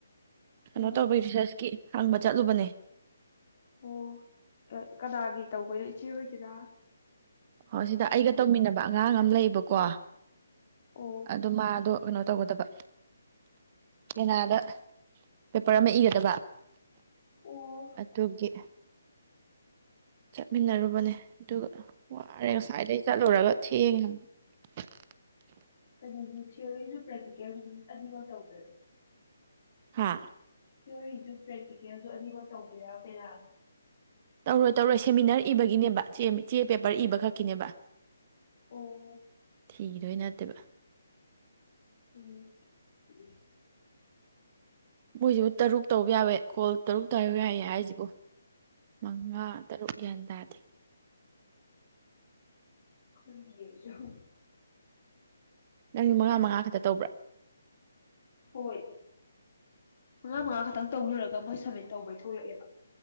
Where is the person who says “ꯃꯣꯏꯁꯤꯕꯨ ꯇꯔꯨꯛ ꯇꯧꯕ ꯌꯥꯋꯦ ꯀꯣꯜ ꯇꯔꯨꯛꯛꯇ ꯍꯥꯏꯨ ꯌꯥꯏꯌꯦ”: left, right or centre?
Right